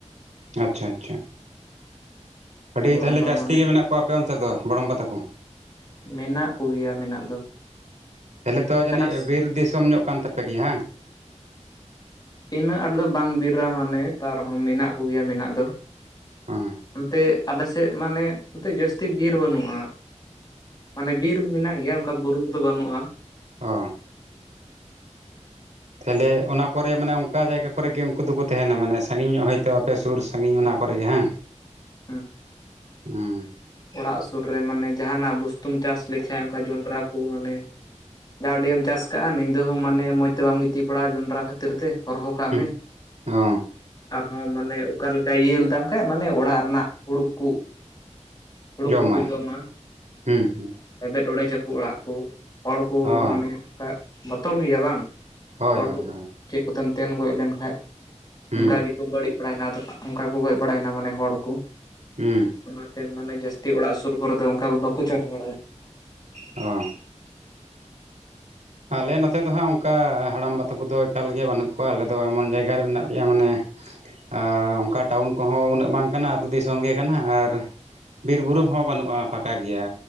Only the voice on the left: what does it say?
ᱜᱚᱲᱚᱢᱵᱟ
ᱢᱟᱱᱮ
ᱢᱮᱱᱟᱜ ᱠᱚᱜᱮᱭᱟ ᱢᱮᱱᱟᱜ ᱫᱚ
ᱪᱟᱥ
ᱤᱱᱟᱹᱜ ᱫᱚ ᱵᱟᱝ ᱵᱤᱨᱨᱟ ᱢᱟᱱᱮ ᱛᱟᱨᱦᱚᱸ ᱢᱮᱱᱟᱜ ᱠᱚᱜᱮᱭᱟ ᱢᱮᱱᱟᱜ ᱫᱚ
ᱚᱱᱛᱮ ᱟᱞᱮ ᱥᱮᱫ ᱢᱟᱱᱮ ᱮᱱᱛᱮ ᱡᱟᱹᱥᱛᱤ ᱵᱤᱨ ᱵᱟᱹᱱᱩᱜᱼᱟ ᱢᱟᱱᱮ ᱵᱤᱨ ᱢᱮᱱᱟᱜ ᱜᱮᱭᱟ ᱚᱱᱠᱟ ᱵᱩᱨᱩ ᱠᱚᱫᱚ ᱵᱟᱹᱱᱩᱜᱼᱟ
<unintelligible>
ᱚᱲᱟᱜ ᱥᱩᱨ ᱨᱮ ᱢᱟᱱᱮ ᱡᱟᱦᱟᱱᱟᱜ ᱵᱚᱥᱛᱩ ᱪᱟᱥ ᱞᱮᱠᱷᱟᱡ ᱚᱱᱠᱟ ᱡᱚᱱᱰᱨᱟ ᱠᱚ ᱢᱟᱱᱮ ᱡᱟᱦᱟᱸ ᱦᱚᱰᱤ ᱮᱢ ᱪᱟᱥ ᱠᱟᱜᱼᱟ ᱧᱤᱫᱟᱹ ᱦᱚᱸ ᱢᱟᱱᱮ ᱢᱚᱡᱽ ᱛᱮ ᱵᱟᱢ ᱜᱤᱛᱤᱡ ᱯᱟᱲᱟᱜᱼᱟ ᱡᱚᱸᱰᱨᱟ ᱠᱷᱟᱹᱛᱤᱨ ᱠᱷᱟᱹᱛᱤᱨ ᱛᱮ ᱦᱚᱨᱦᱚ ᱠᱟᱜ
ᱢᱮ
ᱟᱨ ᱦᱚᱸ ᱢᱟᱱᱮ ᱚᱠᱟ ᱞᱮᱠᱟᱭ ᱤᱭᱟᱹ ᱞᱮᱫᱟ ᱠᱷᱟᱡ ᱢᱟᱱᱮ ᱚᱲᱟᱜ ᱨᱮᱱᱟᱜ ᱦᱩᱲᱩ ᱠᱩ ᱦᱳᱲᱳ
ᱠᱚᱠᱚ ᱡᱚᱢᱟ
ᱞᱮᱵᱮᱫ ᱚᱲᱮᱡᱟᱠ ᱚᱲᱟᱜ ᱠᱩ ᱦᱚᱲ ᱠᱚ
ᱢᱟᱱᱮ ᱵᱚᱛᱚᱨ ᱜᱮᱭᱟ ᱵᱟᱝ
ᱦᱚᱲ
ᱠᱚ
ᱪᱮᱫ ᱠᱚᱛᱮᱢ ᱛᱮᱱ ᱜᱚᱡ ᱞᱮᱱ ᱠᱷᱟᱡ
ᱚᱱᱠᱟ ᱜᱮᱠᱚ ᱵᱟᱹᱲᱤᱡ ᱵᱟᱲᱟᱭᱱᱟ ᱚᱱᱠᱟ ᱠᱚ ᱜᱚᱡ ᱵᱟᱲᱟᱭᱮᱱᱟ ᱢᱟᱱᱮ ᱦᱚᱲ ᱠᱚ
ᱚᱱᱟᱛᱮ ᱢᱟᱱᱮ ᱡᱟᱹᱥᱛᱤ ᱚᱲᱟᱜ ᱥᱩᱨ ᱠᱚᱨᱮ ᱫᱚ ᱚᱱᱠᱟ ᱫᱚ ᱵᱟᱠᱚ ᱪᱟᱥ ᱵᱟᱲᱟᱭᱟ